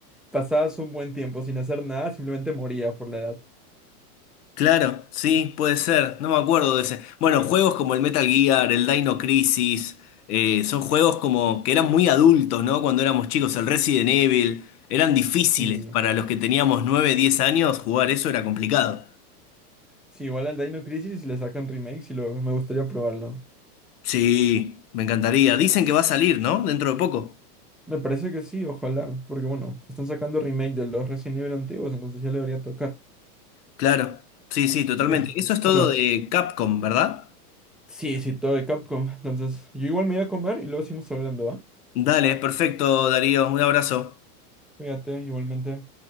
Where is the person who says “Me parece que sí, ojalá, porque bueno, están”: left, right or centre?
Centre